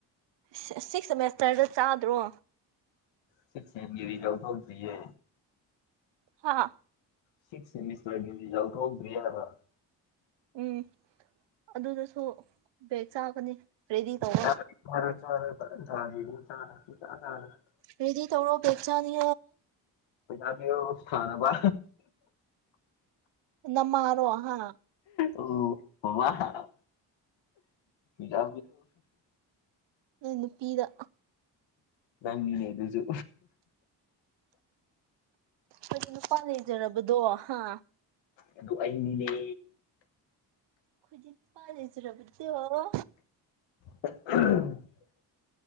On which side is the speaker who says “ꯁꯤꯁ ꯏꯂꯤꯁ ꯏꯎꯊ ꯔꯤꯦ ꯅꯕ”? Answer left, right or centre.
Left